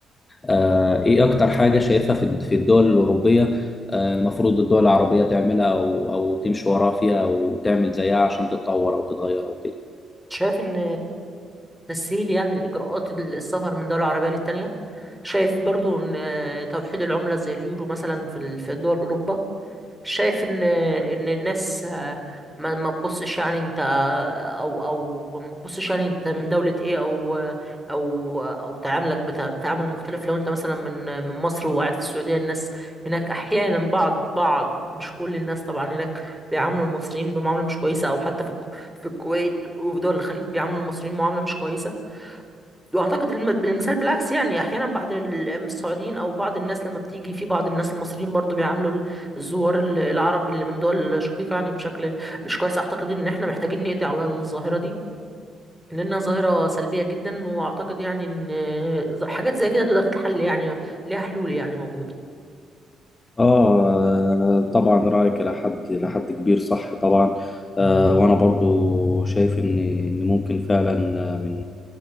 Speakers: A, on the left; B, in the centre.
A: آه، ايه اكتر حاجه شايفها في في الدول الاوروبيه آه، المفروض الدول العربيه تعملها او او تمشي وراها فيها او تعمل زيها عشان تتطور او تتغير او كده
B: شايف ان تسهيل يعني الاجراءات السفر من دوله عربيه للتانيه شايف برضو ان توحيد العمله زي اليورو مثلا في ال- في دول اوروبا شايف ان ان الناس آه، ما ما تبصش يعني انت او او ما تبصش يعني انت من دولة ايه او او او تعاملك بت- بتعامل مختلف لو انت مثلا من من مصر وقاعد في السعودية الناس هناك احيانا بعض بعض مش كل الناس طبعا هناك بيعاملوا المصريين بمعاملة مش كويسة او حتى في الك- في الكويت وفي دول الخليج بيعاملوا المصريين معاملة مش كويسة واعتقد الم- بالمثال بالعكس يعني احيانا بعض ال- السعوديين او بعض الناس لما بتيجي في بعض الناس المصريين برضو بيعاملوا ال- الزوار ال- العرب اللي من دول شقيقة يعني بشكل مش كويس اعتقد ان احنا محتاجين نقضي على الظاهرة دي لانها ظاهرة سلبية جدا واعتقد يعني ان ز- حاجات زي كده تقدر تتحل يعني ليها حلول يعني موجودة
A: آه طبعا رأيك إلى حد إلى حد كبير صح طبعا آه وأنا برضو شايف إن إن ممكن فعلا من